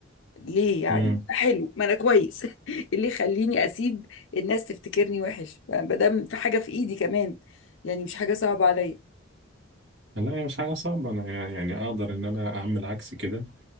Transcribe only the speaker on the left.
ليه يعني
حلو ما انا كويس <laughs> اللي يخليني اسيب الناس تفتكرني وحش ما دام في حاجة في ايدي كمان يعني مش حاجة صعبة عليا